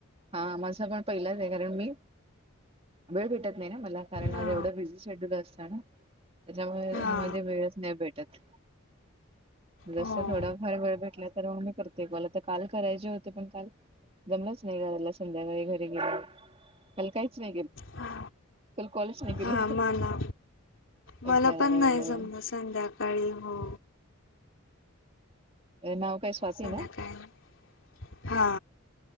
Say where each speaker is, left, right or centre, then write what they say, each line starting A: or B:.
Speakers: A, on the right; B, on the left.
A: हा माझा पण पहिलाच आहे. कारण मी वेळ भेटत नाही न मला. कारण माझ
B: हा
A: एवढं बिझी शेड्यूल असतं ना, त्याच्यामुळे
B: हा
A: मध्ये वेळस नाही भेट -टत. जसं
B: हो
A: थोडाफार वेळ भेटला तर मग मी करते कॉल. आता काल करायचे होते पण काल जमलंच नाही करायला संध्याकाळी घरी गेल, काल काहीच नाही केलं.
B: हा
A: काल कॉलच नाही केली.
B: हा मला मला
A: कारण
B: पण नाही जमलं संध्याकाळी हो.
A: ये नाव काय स्वाती
B: सध्या
A: ना
B: काय म? हा.